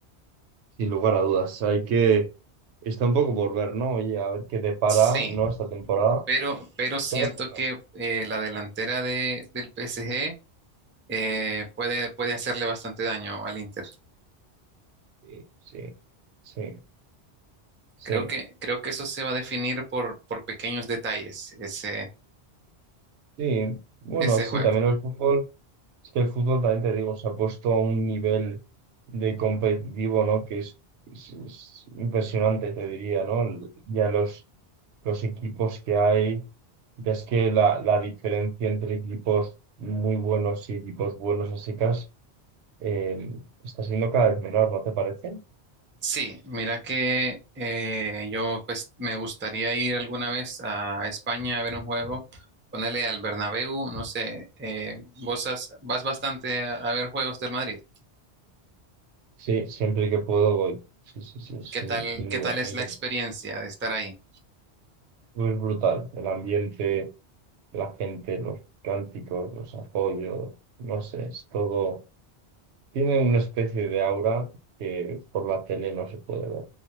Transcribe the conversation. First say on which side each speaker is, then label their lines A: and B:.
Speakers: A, on the right (about 80°); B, on the right (about 15°).
A: Sin lugar a dudas. Hay que. Está un poco por ver, ¿no? Oye, a ver qué depara,
B: Sí,
A: ¿no? Esta temporada.
B: pero, pero siento
A: Pero bueno,
B: que eh, la delantera de, del PSG eh, puede, puede hacerle bastante daño al Inter.
A: sí, sí, sí, sí,
B: Creo que, creo que eso se va a definir por, por pequeños detalles, ese,
A: sí. Bueno,
B: ese
A: sí,
B: juego.
A: también el fútbol. Es que el fútbol también te digo, se ha puesto a un nivel de competitivo, ¿no? Que es, es- es impresionante, te diría, ¿no? Ya los, los equipos que hay. Ya es que la, la diferencia entre equipos muy buenos y equipos buenos así eh, está siendo cada vez menor, ¿no te parece?
B: Sí, mira que eh, yo pues me gustaría ir alguna vez a España a ver un juego, ponerle al Bernabéu, no sé, eh, vos has- vas bastante a, a ver juegos del Madrid.
A: Sí, siempre que puedo voy. Sí, sí, sí, sin,
B: ¿Qué tal,
A: sin
B: qué
A: duda,
B: tal es
A: me
B: la
A: encanta.
B: experiencia de estar ahí?
A: Es brutal, el ambiente, la gente, los cánticos, los apoyos, no sé, es todo. Tiene una especie de aura que por la tele no se puede ver.